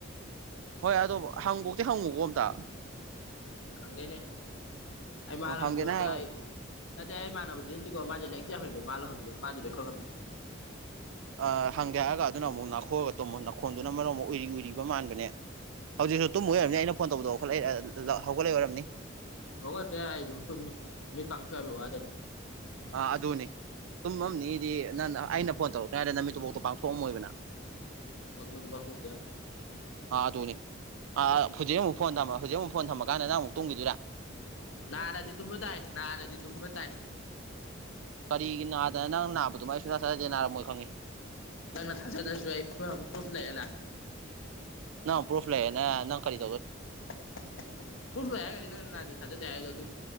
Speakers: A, on the right; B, on the left.
A: ꯍꯣꯏ ꯑꯗꯣ ꯍꯪꯕꯧꯇꯤ ꯍꯪꯉꯨꯀꯣ ꯑꯝꯇ
B: ꯑꯒꯦꯅꯦ ꯑꯩ ꯃꯥꯂꯣ
A: ꯍꯪꯒꯦꯅ
B: ꯍꯪꯗꯣꯏ ꯅꯠꯇ
A: ꯍꯥꯏꯔ
B: ꯑꯩ ꯅꯠꯇꯦ ꯑꯩ ꯃꯥꯟꯅꯕꯗꯨ ꯅꯠꯇꯦꯀꯣ ꯃꯥꯁꯦ ꯂꯩꯛꯇꯤ ꯐꯩꯕ ꯃꯥꯜꯂ ꯍꯪꯗꯦ ꯃꯥꯗꯨꯔ ꯈꯣ ꯉ
A: ꯑ ꯍꯪꯗꯦ ꯍꯥꯏꯔꯒ ꯑꯗꯨꯅ ꯑꯃꯨꯛ ꯉꯅꯥꯈꯣꯛꯂꯒ ꯇꯣꯃꯣ ꯅꯥꯈꯣꯟꯗꯨꯅ ꯃꯔꯣ ꯑꯃꯨꯛ ꯎꯔꯤ ꯎꯏꯔꯤꯕ ꯃꯥꯟꯕꯅꯦ ꯍꯧꯖꯤꯛꯁꯨ ꯇꯨꯝ ꯑꯣꯏꯔꯝꯅꯤ ꯑꯩꯅ ꯐꯣꯟ ꯇꯧꯕꯗꯈꯠꯂ ꯍꯧꯒꯠꯂꯛꯏ ꯑꯣꯏꯝꯅꯤ
B: ꯍꯒꯣ ꯇ ꯍꯥꯏꯗ ꯃꯤ ꯄꯥꯡ ꯊꯨ ꯌꯥꯗꯤ
A: ꯑꯥ ꯑꯗꯨꯅꯤ ꯇꯨꯝ ꯑꯝꯗꯤ ꯅꯪ ꯑꯩꯅ ꯐꯣꯟ ꯇꯧꯔꯛꯛꯇ ꯍꯥꯏꯔꯗ ꯅꯨꯃꯤꯠꯇꯨꯕꯥꯎꯇ ꯄꯥꯡꯊꯣꯛꯑꯝꯃꯣꯏꯕꯅ
B: ꯑꯗꯨꯕꯨꯗꯤ ꯄꯥꯡꯊꯣꯛꯇꯦ
A: ꯑꯥ ꯇꯨꯅꯦ ꯑ ꯍꯧꯖꯤꯛ ꯑꯃꯨ ꯐ ꯊꯝꯃ ꯍꯧꯖꯤꯛ ꯑꯃꯨ ꯐꯣꯟ ꯊꯝꯃꯥꯟꯗꯪ ꯑꯃꯨ ꯇꯈꯤꯗꯑꯣꯏ
B: ꯅꯔꯥꯗꯤ ꯇꯨꯝꯕ ꯇꯥꯏ ꯅꯔꯥꯗꯤ ꯇꯨꯝꯕ ꯇꯥꯏ
A: ꯀꯔꯤꯒꯤ ꯅꯥꯗꯅ ꯅꯪ ꯅꯥꯕꯗꯨꯃꯥꯏꯁꯨ ꯅ ꯆꯂꯗꯦ ꯅꯥꯔꯝꯃꯣꯏ ꯈꯪꯉꯤ
B: ꯂꯪꯅ ꯊꯥꯖ ꯊꯁꯨꯏ ꯐ ꯄ꯭ꯔꯨꯐ ꯂꯩꯂ
A: <unintelligible> ꯄ꯭ꯔꯨꯐ ꯂꯩꯌꯦ ꯅꯪꯔꯤ
B: <unintelligible>